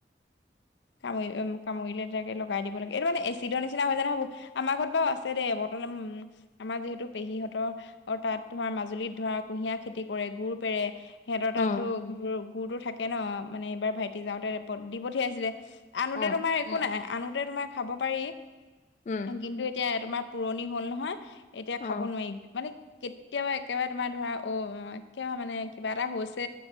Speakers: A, on the left; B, on the left.
A: <unintelligible> কামুৰিলে তেনেকে লগাই দিব লাগে। এইটো মানে এচিডৰ নিচিনা হয় জানা বো। আমাৰ ঘৰত বাৰু আছে দেই বটল আমাৰ যিহেতু পেহীহঁতৰ অ'- তাত ধৰা, মাজুলীত ধৰা কুঁহিয়াৰ খেতি কৰে, গুৰ পেৰে, সিহঁতৰ
B: উম,
A: তাতো গুৰ- গুৰো থাকে ন', মানে এইবাৰ ভাইটি যাওঁতে ৰেপদ দি পঠিয়াইছিলে। আনোতে
B: অ',
A: তোমাৰ একো নাই। আনোতে তোমাৰ খাব পাৰি।
B: উম।
A: কিন্তু এতিয়া তোমাৰ পুৰণি হ'ল নহয়, এতিয়া
B: অ',
A: খাব নোৱাৰি। মানে কেতিয়াবা একেবাৰে তোমাৰ ধৰা, অ' কিয় মানে কিবা এটা হৈছে,